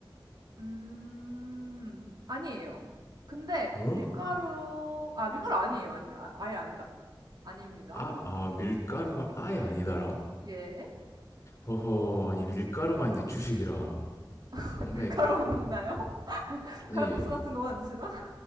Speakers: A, on the right; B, on the left.
A: 음, 아니에요. 근데
B: 어?
A: 밀가루, 아, 밀가루 아니에요. 아니에요. 아, 아예 아니다. 아닙니다.
B: 아, 아 밀가루가 아예 아니다라.
A: 예?
B: 허허, 아니 밀가루가 아닌데 주식이라.
A: <laughs>
B: 상당히
A: 밀가루만 먹나요? <laughs>
B: 아니
A: 칼국수 같은 거만 드시나?